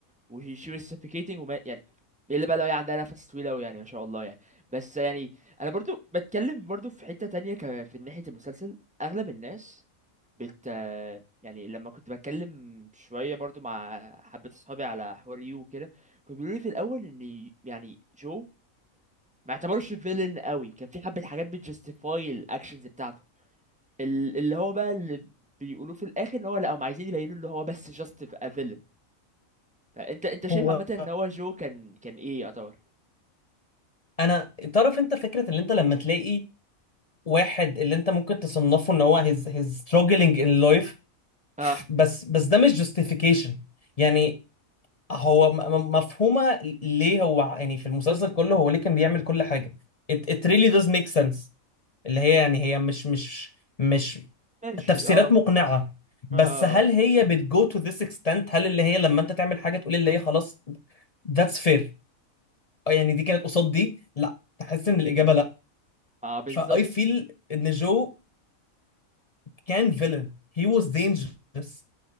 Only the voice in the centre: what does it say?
وهي شي was suffocating وما يعني الا بقى لو هي عندها نفس طويل اوي يعني ما شاء الله يعني بس يعني انا برضو بتكلم برضو في حتة تانية ك... في ناحية المسلسل اغلب الناس بت يعني لما كنت بتكلم شوية برضو مع حبة اصحابي على حوار يو وكده كانوا بيقولوا لي في الاول ان يعني جو ما اعتبرش فيلن قوي كان في حبة حاجات بتجستيفاي الاكشنز بتاعته ال- اللي هو بقى اللي بيقولوه في الاخر ان هو لا هم عايزين يبينوا ان هو بس just a villain انت انت شايف
عامه ان هو جو كان كان ايه يعتبر
اه
ماشي
اه
اه
اه
اه آه، بالظبط